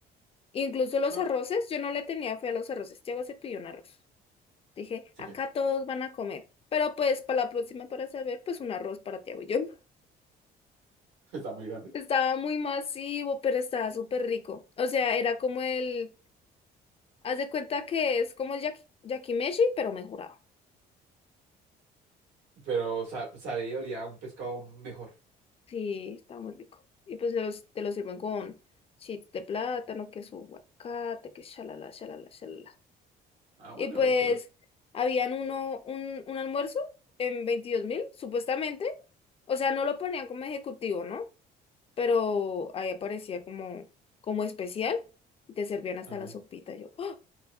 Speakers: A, on the left; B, on the right.
A: Incluso los
B: Ah,
A: arroces, yo no le tenía fe a los arroces. Tiago se pidió un arroz. Dije,
B: sí,
A: acá todos van a comer. Pero pues para la próxima, para saber, pues un arroz para Tiago y yo. <laughs>
B: <laughs> Está muy grande.
A: Estaba muy masivo, pero estaba súper rico. O sea, era como el... Haz de cuenta que es como el yaki- yakimeshi, pero mejorado.
B: pero sa- sabía y olía a un pescado mejor.
A: Sí, estaba muy rico. Y pues te los, te los sirven con chips de plátano, que su aguacate, que shalala, shalala, shalala.
B: Ah, bueno,
A: Y pues
B: pero...
A: habían uno, un, un almuerzo en veintidós mil, supuestamente. O sea, no lo ponían como ejecutivo, ¿no? Pero ahí aparecía como, como especial. y Te servían hasta
B: Ajá,
A: la sopita. Yo, ¡oh!